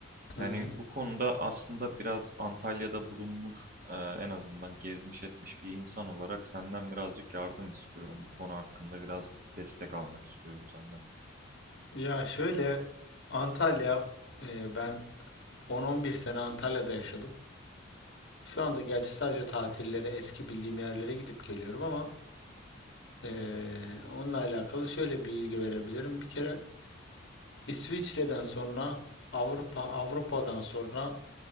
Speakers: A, on the left; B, on the right.
A: Hı
B: Yani
A: hı.
B: bu konuda aslında biraz Antalya'da bulunmuş, eee, en azından gezmiş etmiş bir insan olarak senden birazcık yardım istiyorum. Bu konu hakkında biraz destek almak istiyorum senden.
A: Ya şöyle Antalya e, ben 10-11 sene Antalya'da yaşadım. Şu anda gerçi sadece tatillere eski bildiğim yerlere gidip geliyorum ama e, onunla alakalı şöyle bir bilgi verebilirim. Bir kere İsviçre'den sonra Avrupa Avrupa'dan sonra